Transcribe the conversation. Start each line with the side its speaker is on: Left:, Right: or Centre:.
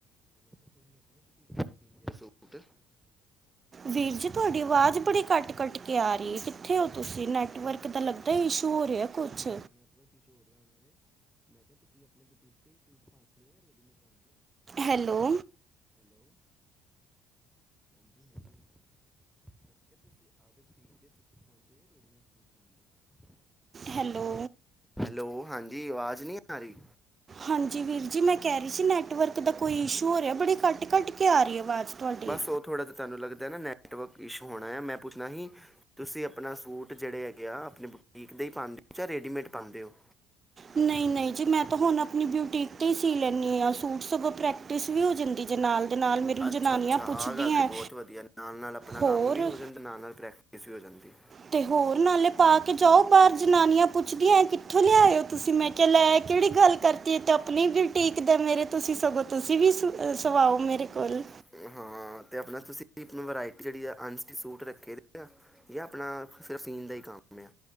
Centre: ਤ ਆਪਣੇ ਸੂਟ <unintelligible>
Right: ਵੀਰ ਜੀ ਤੁਹਾਡੇ ਤੁਹਾਡੀ ਆਵਾਜ਼ ਬੜੀ ਕੱਟ ਕੱਟ ਕੇ ਆ ਰਹੀ ਕਿੱਥੇ ਹੋ
Centre: ਉਹ
Right: ਤੁਸੀਂ
Centre: ਨਾ
Right: ਨੈਟਵਰਕ
Centre: ਮਾੜਾ ਜਿਹਾ
Right: ਦਾ ਲੱਗਦਾ ਇਸ਼ੂ ਹੋ ਰਿਹਾ ਕੁਛ
Centre: ਹਾਂ ਨੈਟਵਰਕ ਇਸ਼ੂ ਹੋ ਰਿਹਾ ਹੋਣਾ ਵੇ ਮੈਂ ਕਿਹਾ ਤੁਸੀਂ ਆਪਣੇ ਬੁਟੀਕ 'ਤੇ ਹੀ ਸੂਟ ਪਾਉਂਦੇ ਹੋ ਜਾਂ ਰੈਡੀਮੇਡ ਪਾਉਂਦੇ ਹੋ
Right: ਹੈਲੋ
Centre: ਹੈਲੋ ਹਾਂਜੀ ਹਾਂਜੀ <unintelligible> ਤੁਸੀਂ ਆਪਦੇ ਬੁਟੀਕ ਦੇ ਸੂਟ ਪਾਉਦੇ ਹੋ ਜਾਂ ਰੇਡੀਮੇਡ ਸੂਟ ਪਾਉਂਦੇ ਹੋ
Right: ਹੈਲੋ
Centre: ਹੈਲੋ ਹਾਂਜੀ ਆਵਾਜ਼ ਨਹੀਂ ਆ ਰਹੀ
Right: ਹਾਂਜੀ ਵੀਰ ਜੀ ਮੈਂ ਕਹਿ ਰਹੀ ਸੀ ਨੈਟਵਰਕ ਦਾ ਕੋਈ ਇਸ਼ੂ ਹੋ ਰਿਹਾ ਬੜੀ ਕੱਟ ਕੱਟ ਕੇ ਆ ਰਹੀ ਆਵਾਜ਼ ਤੁਹਾਡੀ
Centre: ਬਸ ਉਹ ਥੋੜਾ ਜ ਤੁਹਾਨੂੰ ਲੱਗਦਾ ਨਾ ਨ <unintelligible> <unintelligible> ਨੈਟਵਰਕ ਇਸ਼ੂ ਹੋਣਾ ਆ ਮੈਂ ਪੁੱਛਣਾ ਸੀ ਤੁਸੀਂ ਆਪਣਾ ਸੂਟ ਜਿਹੜੇ ਹੈਗੇ ਆ ਆਪਣੀ ਬੁਟੀਕ ਦੇ ਹੀ ਪਾਉਂਦੇ ਹੋ ਜਾਂ ਰੈਡੀਮੇਡ ਪਾਉਂਦੇ ਹੋ
Right: ਨਹੀਂ ਨਹੀਂ ਜੀ ਮੈਂ ਤਾਂ ਹੁਣ ਆਪਣੀ ਬੁਟੀਕ ਤੇ ਹੀ ਸੀ ਲੈਂਦੀ ਹਾਂ ਸੂਟ ਸਗੋਂ ਪ੍ਰੈਕਟਿਸ ਵੀ ਹੋ ਜਾਂਦੀ ਜੇ ਨਾਲ ਦੇ ਨਾਲ ਮੇਰੀ
Centre: ਅੱਛਾ
Right: ਜਨਾਨੀਆਂ
Centre: ਅੱਛਾ
Right: ਪੁੱਛਦੀਆਂ
Centre: ਆਹ ਗੱਲ ਰੀ ਬਹੁਤ ਵਧੀਆ ਨਾਲ ਨਾਲ ਆਪਣਾ
Right: ਹੋਰ
Centre: ਕੰਮ ਵੀ ਹੋ ਜਾਣ ਅਤੇ ਨਾਲ ਨਾਲ ਪ੍ਰੈਕਟ ਪ੍ਰੇਕਟਿਸ ਹੋ ਜਾਂਦੀ
Right: ਤੇ ਹੋਰ ਨਾਲੇ ਪਾ ਕੇ ਜਾਓ ਬਾਹਰ ਜਨਾਨੀਆਂ ਪੁੱਛਦੀਆਂ ਕਿੱਥੋਂ ਲਿਆਇਓ ਤੁਸੀਂ ਮੈਂ ਕਿਹਾ ਲੈ ਕਿਹੜੀ ਗੱਲ ਕਰਤੀ ਏ ਤੇ ਆਪਣੀ ਵੀ ਬੁਟੀਕ ਦੇ ਮੇਰੇ ਤੁਸੀਂ ਸਗੋਂ ਤੁਸੀਂ ਵੀ ਸਵਾਓ ਮੇਰੇ ਕੋਲ
Centre: <unintelligible> ਸੂਟ ਰੱਖੇ ਆ ਜਾਂ ਆਪਣਾਨ ਦਾ ਹੀ ਕੰ ਆ